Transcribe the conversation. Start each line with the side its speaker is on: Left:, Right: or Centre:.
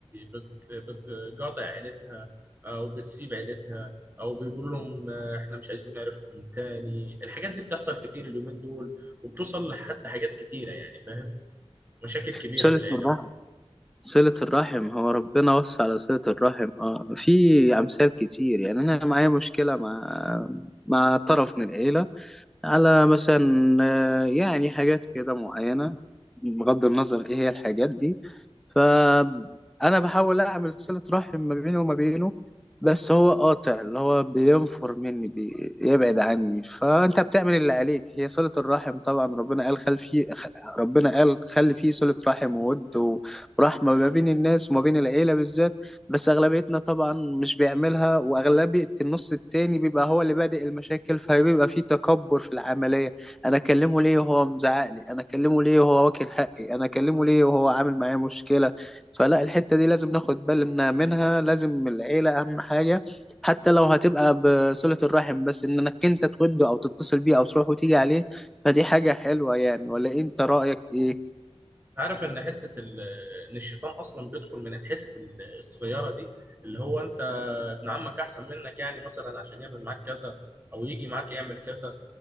Right: بت- بتقاطع عيلتها آه، او بتسيب عيلتها او بيقول لهم آه، احنا مش عايزين نعرفكم تاني الحاجات دي بتحصل كتير اليومين دول وبتوصل لحتى حاجات كتيرة يعني فاهم مشاكل كبيرة
Centre: شلت
Right: في العيلة
Centre: مرة صلة الرحم هو ربنا وصى على صلة الرحم اه في أمثال كتير يعني أنا معايا مشكلة مع مع طرف من العيلة على مثلا آه، يعني حاجات كده معينة بغض النظر إيه هي الحاجات دي فأنا بحاول أعمل صلة رحم ما بيني وما بينه بس هو قاطع اللي هو بينفر مني بيبعد عني فأنت بتعمل اللي عليك هي صلة الرحم طبعا ربنا قال خل فيه خ- ربنا قال خلي فيه صلة رحم وود ورحمة ما بين الناس وما بين العيلة بالذات بس أغلبيتنا طبعا مش بيعملها وأغلبية النص التاني بيبقى هو اللي بادئ المشاكل فبيبقى فيه تكبر في العملية انا اكلمه ليه وهو مزعق لي انا اكلمه ليه وهو واكل حقي انا اكلمه ليه وهو عامل معايا مشكله فلا الحته دي لازم ناخد بالنا منها لازم العيله اهم حاجه حتى لو هتبقى بصله الرحم بس ان انك انت توده او تتصل بيه او تروح وتيجي عليه فدي حاجه حلوه يعني ولا انت رايك ايه
Right: عارف ان حتة ال- ان الشيطان اصلا بيدخل من الحتة ال- الصغيرة دي اللي هو انت ابن عمك احسن منك يعني مثلا عشان يعمل معاك كذا او يجي معاك يعمل كذا